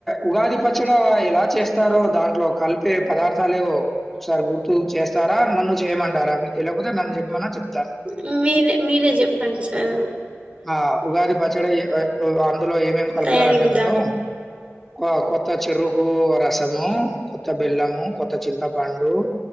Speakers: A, in the centre; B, on the right.
A: ఉగాది పచ్చడా ఎలా చేస్. స్తారో దాంట్లో కలిపే పదార్థాలేవో, ఒకసారి గుర్తు చేస్తారా నన్ను చేయమంటారా, మీకు తెలియకపోతే నన్ను చెప్పమన్నా చెప్తాను.
B: మీ మీరే మీరే చెప్పండి సారు.
A: ఆ ఉగాది పచ్చడి అయ్యే ఏవో అందులో ఏమేమి కలుపుతారంటే
B: తయారీ విధానం
A: మేడం. కొ కొత్త చెరుకు రసము, కొత్త బెల్లము, కొత్త చింతపండు,